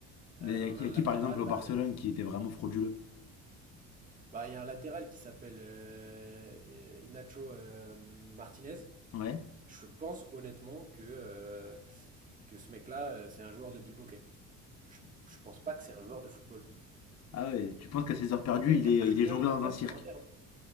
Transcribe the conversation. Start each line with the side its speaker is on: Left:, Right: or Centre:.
Right: Euh,
Left: Mais il y, a
Right: on
Left: qui-
Right: a
Left: y
Right: un
Left: a
Right: latéral,
Left: qui par exemple au
Right: là.
Left: Barcelone
Right: euh,
Left: qui était vraiment frauduleux
Right: Bah, il y a un latéral qui s'appelle euh, euh, Inacho euh, Martinez.
Left: Ouais.
Right: Je pense honnêtement que, euh, que ce mec-là, euh, c'est un joueur de Bilboquet. Je, je pense pas que c'est un joueur de football.
Left: Ah ouais, tu penses qu'à
Right: Le,
Left: ses
Right: le-
Left: heures perdues,
Right: le mec
Left: il
Right: a
Left: est,
Right: rien
Left: il est jongleur
Right: à faire
Left: dans un cirque.
Right: sur un terrain.